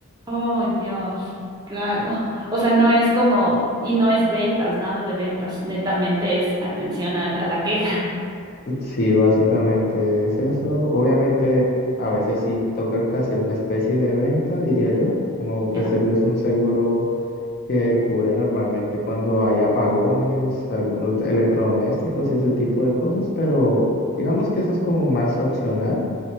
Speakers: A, on the right; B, on the left.
A: Oh, Dios, claro. <laughs> O sea, no es como, y no es ventas, nada de ventas, netamente es atención al- a, la queja.
B: Sí, básicamente es eso. Obviamente, a veces sí toca que hacer una especie de venta, diría yo, como ofrecerles
A: <laughs> Ya,
B: un seguro que cubre normalmente cuando hay apagones, algunos de- electrodomésticos y ese tipo de cosas, pero digamos que eso es como más opcional